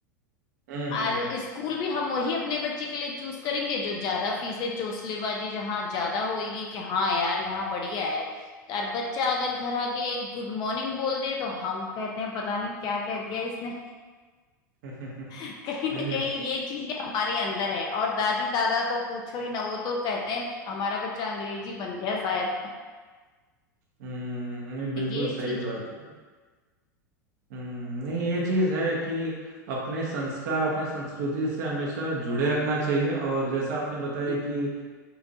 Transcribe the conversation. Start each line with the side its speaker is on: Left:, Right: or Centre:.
Right: हम्म
Left: और स्कूल भी हम वही अपने बच्चे के लिए चूज करेंगे जो ज्यादा फीसें चोंसलेबाजी जहाँ ज्यादा होएगी कि हाँ यार यहाँ बढ़िया है और बच्चा अगर घर आके एक गुड मॉर्निंग बोल दे तो हम कहते हैं पता नहीं क्या कह दिया इसने
Right: हम्म
Left: <laughs>
Right: <laughs>
Left: कहीं ना
Right: नहीं
Left: कहीं ये चीजें हमारे अंदर है और दादी दादा तो पूछो ही ना वो तो कहते हैं हमारा बच्चा अंग्रेजी बन गया शायद <laughs>
Right: हम्म नहीं बिल्कुल
Left: ये
Right: सही
Left: चीजें
Right: बात है हम्म नहीं ये चीज है कि अपने संस्कार अपने संस्कृति से हमेशा जुड़े रखना चाहिए और जैसा आपने बताया
Left: हम्म
Right: कि अ,